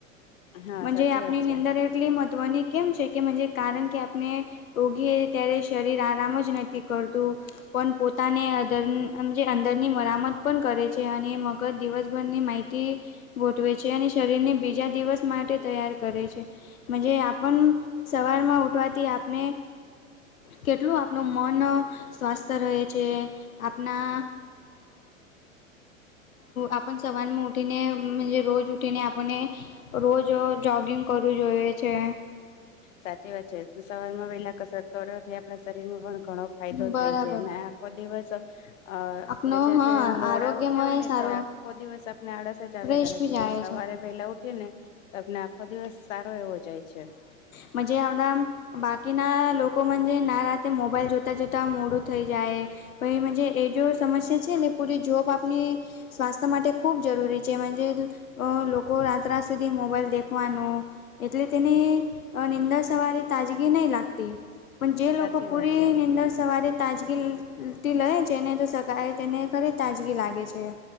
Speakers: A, on the left (about 65°); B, on the left (about 85°).
A: હા સાચી
B: જ આપની
A: વાત છે.
B: નિંદર મહત્વની કેમ છે કે કારણ કે આપણે રોગી ત્યારે શરીર આરામ જ નથી કરતું પણ પોતાને અ અંદરની મરામત પણ કરે છે અને મગજ દિવસભરની માહિતી ગોઠવે છે અને શરીરને બીજા દિવસ માટે તૈયાર કરે છે. જ આપણ સવારમાં ઉઠવાથી આપને કેટલુ ન મન સ્વસ્થ રહે છે, આપણા આપણ સવારમાં ઉઠીનેજ રોજ ઉઠીને આપણે રોજ જોગિંગ કરવું જોઈએ છે
A: સાચી વાત છે ત સવાર માં વહેલા કસર કરવાથી આપણા શરીરમાં પણ ઘણો ફાયદો
B: બરાબર
A: થાય છે અને આખો દિવસ અ આપડે
B: આપનો હા
A: જે મોડા
B: આરોગ્યમય
A: ઉઠ્યા હોય ને
B: સારો
A: ત્યારે આખો દિવસ આપને આળસ જ આવ્યા
B: ફ્રેશ
A: કરે
B: બી જાય
A: છે સવારે વહેલા ઉઠ ઉઠ ને તો આપને આખો દિવસ સારો એવો જાય છે
B: મ બાકીના મન જે ના રાતે મોબાઈલ જોતા જોતા મોડું થઈ જાય પ મ એ જો સમસ્યા છેને, પૂરી જોબ આપની સ્વાસ્થ્ય માટે ખૂબ જરૂરી છેજ, લોકો રાતરાત સુધી મોબાઈલ દેખવાનો એટલે તેને નીંદર સવારે તાજગી નહી, લાગતી. પણ જે
A: સાચી
B: લોકોક પૂરી
A: વાત છે
B: નિંદર, સવારી તાજગીથી લે જેને તો શકાય તેને ખરે તાજગી લાગે છે.